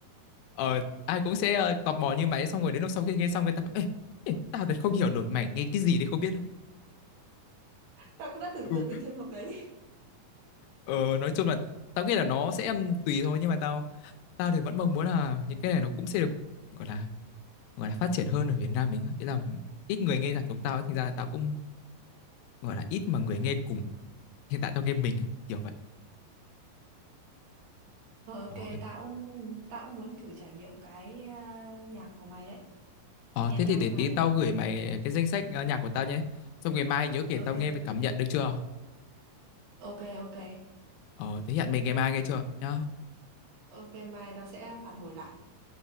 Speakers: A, on the left; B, on the right.
A: ờ ai cũng sẽ ờ, tò mò như mày xong rồi đến lúc sau khi nghe xong người ta bảo, Ê, ê, tao thật không hiểu nổi mày nghe cái gì đấy không biết
B: Tao cũng đã tưởng
A: ừ,
B: tượng đến trường hợp đấy.
A: ờ, nói chung là tao nghĩ là nó sẽ ừm, tùy thôi nhưng mà tao tao thì vẫn mong muốn là những cái này nó cũng sẽ được gọi là gọi là phát triển hơn ở Việt Nam mình á. ý là ít người nghe nhạc giống tao ấy thành ra là tao cũng gọi là ít mà người nghe cùng hiện tại tao nghe mình á, kiểu vậy
B: Ờ, ok,
A: ờ,
B: tao cũng, tao cũng muốn thử trải nghiệm cái à, nhạc của mày đấy.
A: ờ,
B: Hẹn
A: thế
B: nhau
A: thì để
B: hôm
A: tí
B: nào đi.
A: tao gửi mày cái danh sách ờ, nhạc của tao nhé xong ngày mai nhớ kể
B: Ok,
A: tao nghe về cảm nhận được chưa
B: ok, ok.
A: ờ thế hẹn mình ngày mai nghe chưa nhá
B: Ok, mai tao sẽ phản hồi lại.